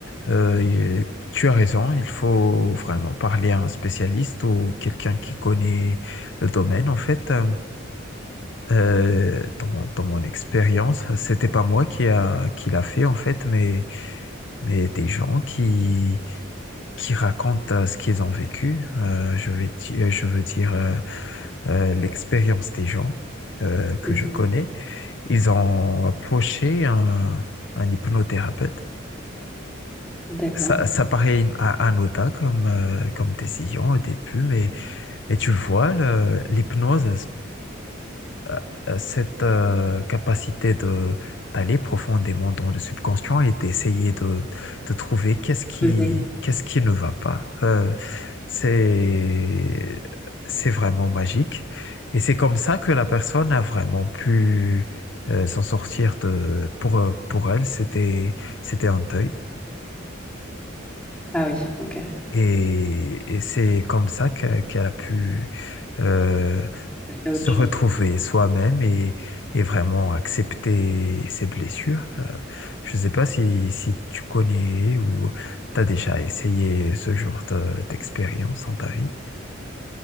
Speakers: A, on the left (about 60°); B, in the centre.
A: Euh, y- tu as raison, il faut vraiment parler à un spécialiste ou quelqu'un qui connaît le domaine, en fait. Euh, Euh, dans, dans mon expérience, c'était pas moi qui a, qui l'a fait en fait, mais, mais des gens qui, qui racontent euh, ce qu'ils ont vécu. Euh, je vais, ti- euh, je veux dire euh, euh, l'expérience des gens euh, que
B: Mhm.
A: je connais. Ils ont approché un, un hypnothérapeute.
B: D'accord.
A: Ça, ça paraît une- un- anodin comme, euh, comme décision au début, mais, mais tu vois, le- l'hypnose, euh, euh, cette euh, capacité de d'aller profondément dans le subconscient et d'essayer de, de trouver qu'est-ce qui
B: Poser.
A: qu'est-ce qui ne va pas. Euh, c'est c'est vraiment magique et c'est comme ça que la personne a vraiment pu euh, s'en sortir de pour euh, pour elle c'était c'était un deuil
B: Ah oui, ok.
A: et, et c'est comme ça que- qu'elle a pu euh,
B: C'est autre
A: se
B: chose.
A: retrouver soi-même et, et vraiment accepter ses blessures. Euh, je ne sais pas si, si tu connais ou tu as déjà essayé ce genre de- d'expérience dans ta vie.